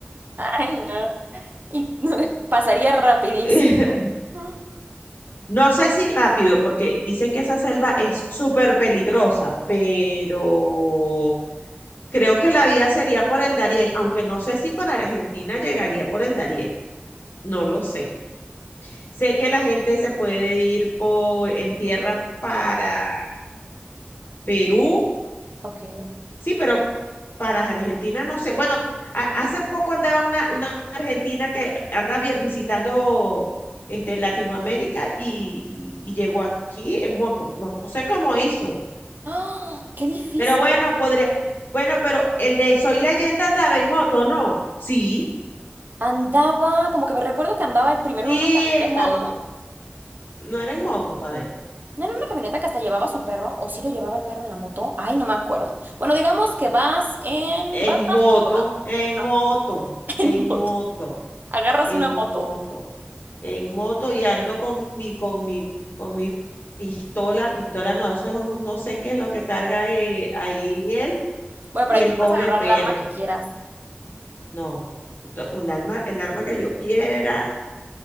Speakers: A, on the right (about 50°); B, on the left (about 60°).
A: Ay, no. Y <laughs> pasaría rapidísimo.
B: <laughs>
A: Ah,
B: No sé si rápido, porque dicen que esa selva es súper peligrosa, pero creo que la vía sería por el Darién, aunque no sé si para Argentina llegaría por el Darién, no lo sé. Sé que la gente se puede ir por en tierra para Perú
A: Ok.
B: Sí, pero para Argentina no sé. Bueno, a- hace poco andaba una, una argentina que anda vi- visitando este, Latinoamérica y, y- y llegó aquí en moto. No, no sé cómo hizo.
A: ¡Ah! ¡Qué difícil!
B: Pero bueno, podría. Bueno, pero el de Soy Leyenda andaba en moto, ¿no? Sí,
A: Andaba, como que me recuerdo que andaba el primero
B: sí,
A: en una camioneta,
B: en moto.
A: ¿no?
B: No era en moto, pa' ver.
A: ¿No era una camioneta que hasta llevaba a su perro? ¿O sí lo llevaba el perro en la moto? Ay, no me acuerdo. Bueno, digamos que vas en...
B: En
A: Vas
B: moto,
A: más cómoda.
B: en
A: No,
B: moto,
A: <laughs> en
B: en
A: moto.
B: moto.
A: Agarras
B: en
A: una moto.
B: moto, en moto y ando con mi, con mi, con mi pistola, pistola no, eso es un no sé qué es lo que carga eh, ahí él
A: Bueno, pero
B: y
A: ahí
B: el
A: tú puedes
B: pobre
A: agarrar
B: perro.
A: el arma que quieras.
B: No, to- un arma, el arma que yo quiera,